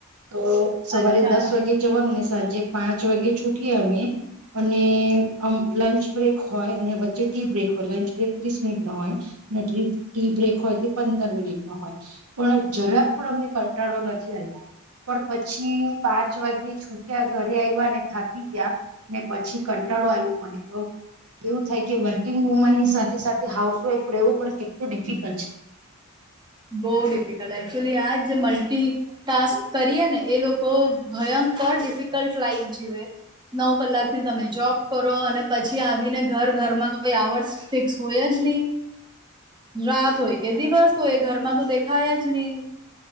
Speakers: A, on the right (about 80°); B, on the right (about 20°).
A: તો સવારે
B: અચ્છા
A: દસ વાગે જવાનું ને સાંજે પાંચ વાગે છૂટીએ અમે અને આમ લંચ બ્રેક હોય અને વચ્ચે ટી બ્રેક હોય લંચ બ્રેક ત્રીસ મિનિટ ન હોય ટ ટ્રી બ્રેક હોય તે પંદર મિનિટ નો હોય પણ જરાક પણ અમને કંટાળો નથી પણ પછી પાચ પાંચ વાગ્યે છૂટ્યા ઘરે આવ્યા ને થાકી ગયા ને પછી કંટાળો આવ્યો મને તો એવું થાય કે વર્કિંગ વુમનની સાથે સાથે હાઉસવાઈફ રહેવું પણ કેટલું ડિફિકલ્ટ છે
B: બહુ ડિફિકલ્ટ એકચુલી આ જે મલ્ટી ટાસ્ક કરીએ ને એ લોકો ભયં બ ડીફિકલ્ટ લાઈફ જીવે નવ કલાક ની તમે જોબ કરો અને પછી આવીને ઘર ઘરમાં તો કોઈ આવર્સ ફિક્સ હોય જ અને રાત હોય કે દિવસ હોય ઘરમાં તો દેખાય જ નહી